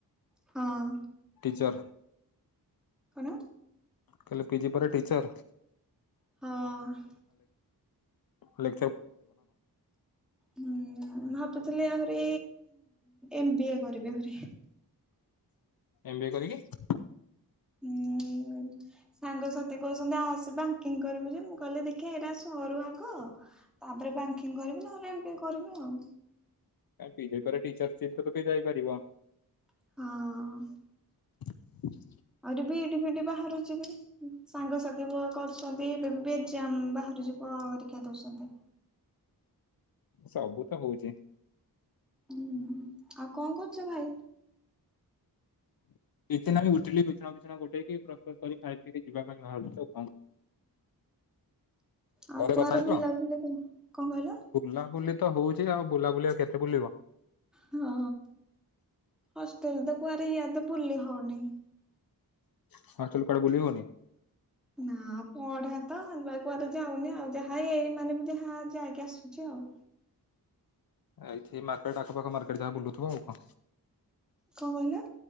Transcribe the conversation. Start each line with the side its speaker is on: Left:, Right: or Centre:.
Centre: ହଁ।
Left: ଜର।
Centre: କନ
Left: କହଲେ ପିଜି ପରେ ଟିଚର୍।
Centre: ହଁ ଅ।
Left: ଲେ
Centre: ହୁଁ ଭାବୁଥିଲି ଆ ବି ଏମ୍ ବି ଏ କରିବି ଆହୁରି।
Left: ଏମ୍ ବିଏ କରିକି
Centre: ହୁଁ ସାଙ୍ଗସାଥି କହୁଛନ୍ତି ଆସି ବାଙ୍କିଙ୍ଗ କରିବୁ ଯେ ମୁଁ କହିଲି ଦେଖିବା ଏଇଟା ସରୁ ଆଗ ତାପରେ ବାଙ୍କିଙ୍ଗ କରିବି ନହେଲେ ଏମତି କରିବି ଆଉ
Left: ପିଜେ ଟିଚର୍ ସିଟ୍ ଯାଇପାରିବ।
Centre: ହଁ
Left: <inaudible>
Centre: ଆହୁରି ବି ଏଇଠ ଫିଡି ବାହାରୁଛିିବ ସାଙ୍ଗସାଥି କରୁଛନ୍ତି ଏ ବି ଏଜାମ ବାହ ଯିବ ପରୀକ୍ଷା ଦଉଛନ୍ତି।
Left: ସବୁ ତ ହଉଚି
Centre: ହୁଁ ଆଉ କଣ କରୁଛ ଭାଇ
Left: କିଛି ନା ଉଠିଲି ବିଛଣା ବିଛଣା ଗୋଟେଇକି ପ୍ରସ୍ତୁତ କରି ଖାଇ ପିଇକି ଯିବା ପାଇଁ ବାହାରୁଚି।
Centre: ଆଉ
Left: ଘରେ
Centre: କୁଆର
Left: କଥା ହେଇଥିଲ
Centre: ବୁଲା ବୁଲି କଣ କହିଲ
Left: ବୁଲାବୁଲି ତ ହଉଛି ଆଉ ବୁଲା ବୁଲି ଆଉ କେତେ ବୁଲିବ।
Centre: ହଁ ହଷ୍ଟେଲେ ତ କୁଆରେ ଇଆରତ ଭୁଲି ହଉନି।
Left: ହଷ୍ଟେଲେ କୁଆଡ଼େ ବୁଲିବନି।
Centre: ନା ପଢା ତ ହେଇତି ପାଇଁ କୁଆଡ ଯାଉନି ଆଉ ଯାହା ଏଇ ମାନେ ଯାହା ଯାଇକି ଆସୁଛି ଆଉ
Left: ଏଇଠି ମାର୍କେଟ ଆଖପାଖ ମାର୍କେଟ ଯାହା ବୁଲୁଥିବ ଆଉ କଣ
Centre: କଣ କହିଲ